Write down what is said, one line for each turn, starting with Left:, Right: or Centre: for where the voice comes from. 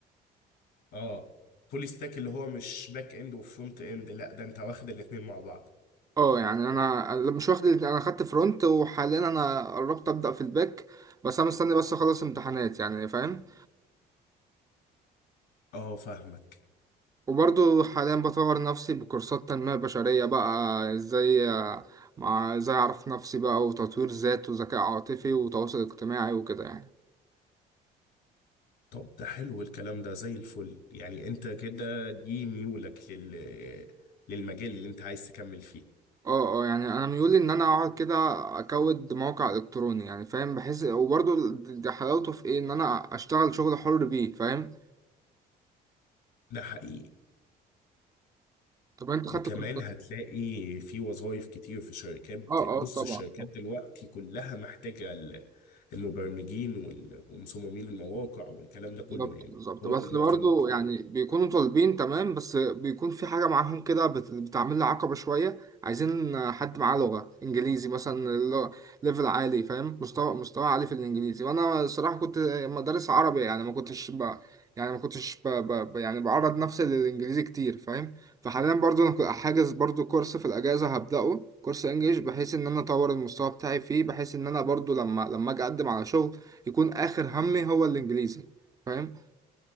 Left: آه فول ستاك اللي هو مش باك إند وفرونت إند لا ده أنت واخد الاتنين مع بعض
Right: اه يعني انا أنا مش واخد الاتنين، انا خدت فرونت وحاليا انا قربت ابدا في الباك بس انا مستني بس اخلص امتحانات يعني فاهم
Left: آه فاهمك
Right: وبرضو حاليا بطور نفسي بكورسات تنميه بشريه بقى ازاي آه، مع ازاي اعرف نفسي بقى وتطوير ذات وذكاء عاطفي وتواصل اجتماعي وكده يعني
Left: طب ده حلو الكلام ده زي الفل يعني انت كده دي ميولك لل... للمجال اللي انت عايز تكمل فيه
Right: اه اه يعني انا ميولي ان انا اقعد كده اكود موقع الكتروني يعني فاهم بحس وبرضه ده حلاوته في ايه ان انا اشتغل شغل حر بيه فاهم
Left: ده حقيقي
Right: طب انت خدت
Left: وكمان
Right: كورسات
Left: هتلاقي في وظائف كتير في شركات بت-
Right: اه
Left: بص
Right: اه طبعا
Left: الشركات
Right: طبعا.
Left: دلوقتي كلها محتاجة ال- المبرمجين وال- ومصممين المواقع والكلام ده كله
Right: بالظبط
Left: يعني
Right: بالظبط
Left: هو
Right: بس
Left: ده دلوقتي
Right: برضه
Left: المطلوب
Right: يعني بيكونوا طالبين تمام بس بيكون في حاجة معاهم كده بت- بتعمل لي عقبة شوية عايزين حد معاه لغة إنجليزي مثلا اللغة- ليفل عالي فاهم مستوى مستوى عالي في الإنجليزي وأنا الصراحة كنت مدرس عربي يعني ما كنتش ب... يعني ما كنتش ب... ب... ب- يعني بعرض نفسي للإنجليزي كتير فاهم فحاليا برضه أنا ك- حاجز برضه كورس في الأجازة هبدأه كورس إنجليش بحيث إن أنا أطور المستوى بتاعي فيه بحيث إن أنا برضه لما لما أجي أقدم على شغل يكون آخر همي هو الإنجليزي فاهم